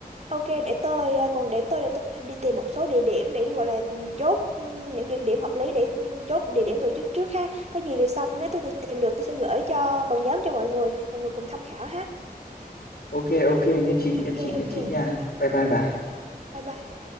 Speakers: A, on the right (about 45°); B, on the left (about 75°).
A: ok để tôi ờ, còn để tôi để tôi đi tìm một số địa điểm để gọi là ừ, chốt ừ, những địa điểm hợp lý để ừ, chốt địa điểm tổ chức trước ha có gì rồi xong nếu tôi tìm được tôi sẽ gửi cho vào nhóm cho mọi người mọi người cùng tham khảo ha
B: ok ok nhất trí nhất
A: ok
B: trí nhất
A: ok
B: trí nha
A: ok
B: bye bye bà
A: yeah. bye bye